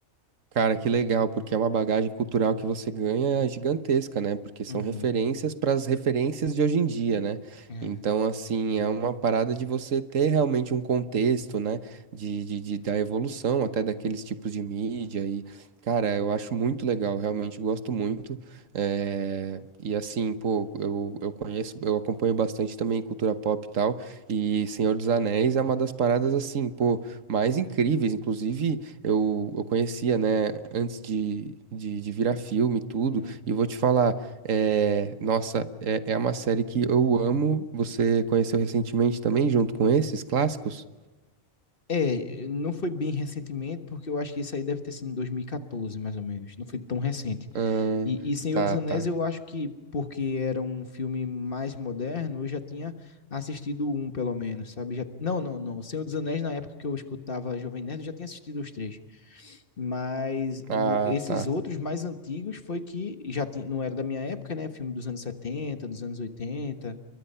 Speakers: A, on the right; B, on the left.
A: Cara, que legal, porque é uma bagagem cultural que você ganha gigantesca, né? Porque são
B: Uhum.
A: referências para as referências de hoje em dia, né?
B: É.
A: Então, assim, é uma parada de você ter realmente um contexto, né? De, de, de- da evolução até daqueles tipos de mídia. E, cara, eu acho muito legal, realmente gosto muito. eh, E, assim, pô, eu, eu conheço, eu acompanho bastante também cultura pop e tal. E Senhor dos Anéis é uma das paradas, assim, pô, mais incríveis, inclusive eu, eu conhecia, né, antes de, de, de virar filme e tudo.
B: Hum.
A: E vou te falar, é, nossa, é, é uma série que eu amo. Você conheceu recentemente também, junto com esses clássicos?
B: É, não foi bem recentemente, porque eu acho que isso aí deve ter sido em 2014, mais ou menos. Não foi tão recente.
A: Ahn,
B: E, e Senhor
A: tá,
B: dos Anéis,
A: tá.
B: eu acho que, porque era um filme mais moderno, eu já tinha assistido um, pelo menos, sabe? Já... Não, não, não. O Senhor dos Anéis, na época que eu escutava Jovem Nerd, eu já tinha assistido os três. Mas o-
A: Ah,
B: esses
A: tá.
B: outros mais antigos foi que já tinha, não era da minha época, né? Filme dos anos 70 dos anos oitenta